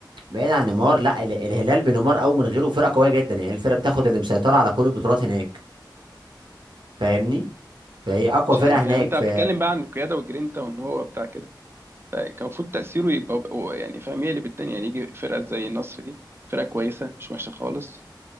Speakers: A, on the right; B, on the right.
A: بعيد عن نيمار لا ال- الهلال بنيمار او من غيره فرقه قويه جدا يعني الفرقه بتاخد اللي مسيطره على كل البطولات هناك فاهمني فهي اقوى
B: مش
A: فرقه
B: عارف
A: هناك
B: يعني انت
A: في
B: بتتكلم بقى عن القيادة والجرينتا وان هو بتاع كده فكان المفروض تأثيره يبقى هو يعني فاهم يقلب الدنيا يعني يجي فرقة زي النصر دي فرقة كويسة مش وحشة خالص